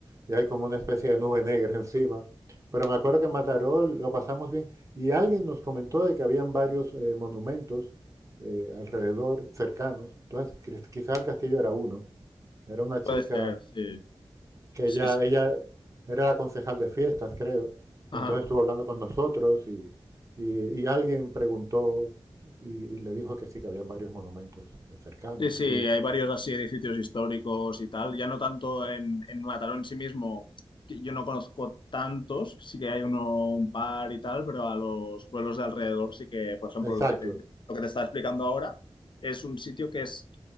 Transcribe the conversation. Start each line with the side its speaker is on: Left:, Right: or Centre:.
Right: y hay como una especie de nube negra <laughs> encima. Pero me acuerdo que en Mataró lo pasamos bien y alguien nos comentó de que habían varios eh, monumentos eh, alrededor, cercanos. Entonces, quizás Castillo era uno. Era una chica
Left: puede ser, sí,
Right: que
Left: sí,
Right: ella,
Left: sí.
Right: ella era la concejal de fiestas, creo,
Left: Ajá.
Right: y entonces estuvo hablando con nosotros y, y, y alguien preguntó y, y, le dijo que sí, que había varios monumentos eh, cercanos.
Left: Sí, sí,
Right: Y,
Left: hay varios así edificios históricos y tal. Ya no tanto en, en Mataró en sí mismo, que yo no conozco tantos, sí que hay uno, un par y tal, pero a los pueblos de alrededor sí que, por ejemplo,
Right: exacto,
Left: lo que te, lo que te estaba explicando ahora es un sitio que es